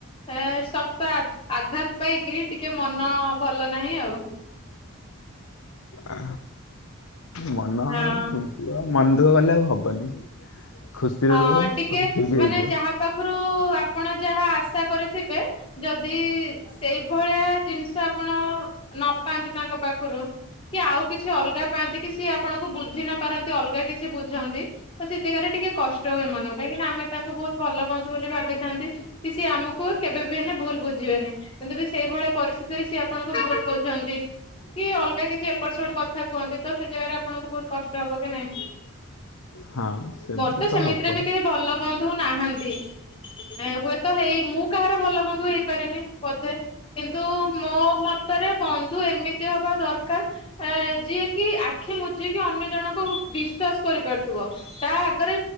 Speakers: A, on the left; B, on the left.
A: ଏ ଶକ୍ତ ଆ ଆଘାତ ପାଇକି ଟିକେ ମନ ଭଲ ନାହିଁ ଆଉ।
B: ଆ ମନ
A: ହଁ।
B: ମନ ଦୁଃଖ କଲେ ଆଉ ହବନି ଖୁସିର
A: ହଁ
B: ରୁହ
A: ଟିକେ
B: ସବୁ ଠିକ ହେଇ
A: ମାନେ ଯାହା ପାଖରୁ ଆପଣ ଯାହା ଆଶା କରିଥିବେ ଯଦି ସେଇ ଏ ଭଳିଆ ଜିନିଷ ଆପଣ ନ ପାଆନ୍ତି ତାଙ୍କ ପାଖରୁ କି ଆଉ କିଛି ଅଲଗା ପାଆନ୍ତି କି ସିଏ ଆପଣଙ୍କୁ ବୁଝି ନ ପାରନ୍ତି ଅଲଗା କିଛି ବୁଝନ୍ତି ତ ସେ ଜାଗାରେ ଟିକେ କଷ୍ଟ ହୁଏ ମନକୁ କାହିଁକିନା ଆମେ ତାଙ୍କୁ ବହୁତ ଭଲ ବନ୍ଧୁ ବୋଲି ଭାବିଥାନ୍ତି। କି ସିଏ ଆମକୁ କେବେ ବି ହେନେ ଭୁଲ ବୁଝିବେନି କିନ୍ତୁ ସେଇ ଭଳିଆ ପରିସ୍ଥିତିରେ ସିଏ ଆପଣଙ୍କୁ ଭୁଲ୍ ବୁଝନ୍ତି। କି ଅଲଗା କିଛି ଏପଟ ସେପଟ କଥା କୁହନ୍ତି ତ ସେ ଜାଗାରେ ଆପଣଙ୍କୁ ବହୁତ କଷ୍ଟ ହବ କି ନାଇଁ?
B: ହଁ। ସେମିତି
A: ମୋର ତ ସେମିତିରେ
B: ହବ
A: ବି କେହି ଭଲ ବନ୍ଧୁ ନାହାନ୍ତି। ଏ ହୁଏତ ହେଇ ମୁଁ କାହାର ଭଲ ବନ୍ଧୁ ହେଇପାରିନି ବୋଧେ। କିନ୍ତୁ ମୋ ମତରେ ବନ୍ଧୁ ଏମିତି ହବା ଦରକାର ଆ ଯିଏ କି ଆଖି ମୁଜିକି ଅନ୍ୟ ଜଣଙ୍କୁ ବିଶ୍ଵାସ କରିପାରୁଥିବ ତା ଗରେ